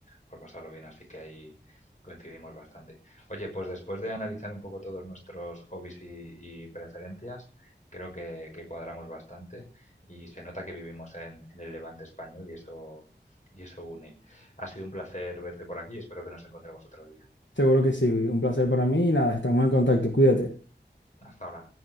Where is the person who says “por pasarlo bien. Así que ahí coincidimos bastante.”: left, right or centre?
Left